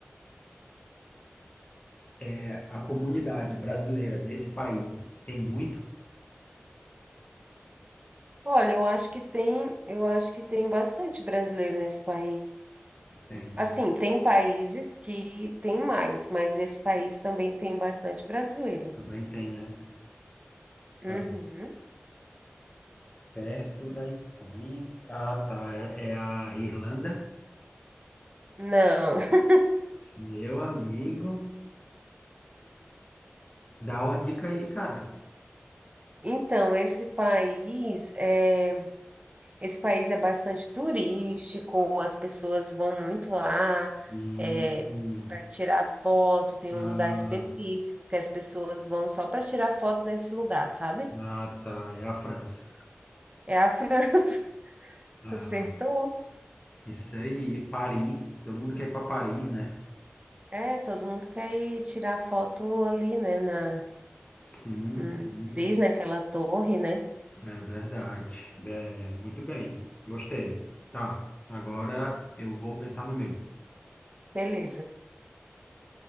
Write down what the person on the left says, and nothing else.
é, a comunidade brasileira nesse país tem muito?
Tem, né?
Também tem, né? Tá
perto da Espanha. Ah, tá. É, é a Irlanda.
Meu amigo, dá uma dica aí, cara.
Hum,
hum.
ah,
ah, tá. É a França.
Ah,
Isso aí, Paris, todo mundo quer ir para Paris, né?
Sim,
sim,
é verdade. É, muito bem, gostei. Tá, agora eu vou pensar no meu.